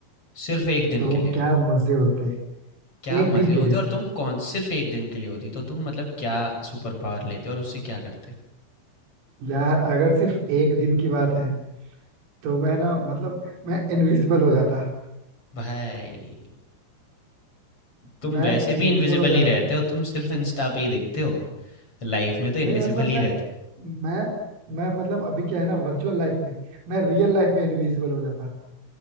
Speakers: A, on the left; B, on the right.
A: सिर्फ एक दिन
B: तो
A: के लिए
B: क्या मजे होते हैं
A: क्या
B: एक
A: मज़े
B: दिन
A: होते
B: के लिए
A: और
B: सिर्फ
A: तुम कौन सिर्फ एक दिन के लिए होती तो तुम मतलब क्या सुपर पावर लेते और उससे क्या करते
B: यार अगर सिर्फ एक दिन की बात है तो मैं ना मतलब मैं इनविजिबल हो जाता
A: भाई तुम
B: मैं
A: वैसे
B: इनविजिबल
A: भी इनविजिबल
B: हो जाता
A: ही रहते हो तुम सिर्फ इंस्टा पे ही दिखते हो लाइफ में तो इनविजिबल
B: नहीं मतलब
A: ही
B: मैं
A: रहते
B: मैं मैं मतलब अभी क्या है ना वर्चुअल लाइफ में मैं रियल लाइफ में इनविजिबल हो जाता